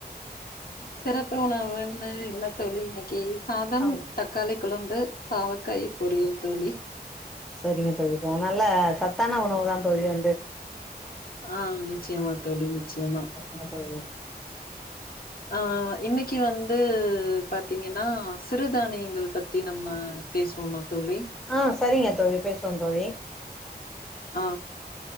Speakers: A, on the left; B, in the centre.
A: சிறப்பு உணவுன்னு இல்ல தோழி இன்னைக்கு சாதம்,
B: ஆ
A: தக்காளி கொழம்பு, பாவக்காய் பொரியல் தோழி
B: சரிங்க தோழி அதனால சத்தான உணவுதான் தோழி வந்து
A: ஆ நிச்சயமா தோழி நிச்சயமா
B: ஏன் தோழி
A: ஆ இன்னைக்கு வந்து பாத்தீங்கன்னா சிறுதானியங்கள் ப த்தி நம்ம பேசுவோமா தோழி
B: ஆ சரிங்க தோழி பேசுவோந் தோழி
A: ஆ